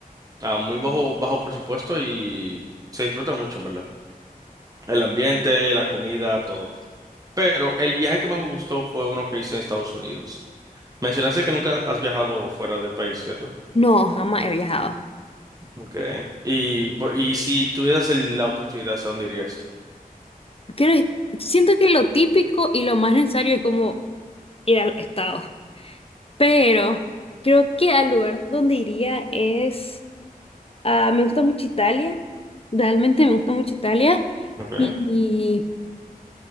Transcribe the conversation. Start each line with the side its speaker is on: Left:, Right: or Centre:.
Right: a muy bajo, bajo presupuesto y se disfruta mucho, en verdad. El ambiente, la comida, todo. Pero el viaje que más me gustó fue uno que hice en Estados Unidos. Mencionaste que nunca has viajado fuera del país, ¿cierto?
Left: No, jamás he viajado.
Right: okay Y, po- y si tuvieras el- la oportunidad, ¿a dónde irías?
Left: Quiero, siento que lo típico y lo más necesario es como ir al estado. Pero creo que al lugar donde iría es... ah, me gusta mucho Italia. Realmente me gusta mucho Italia.
Right: okay
Left: Y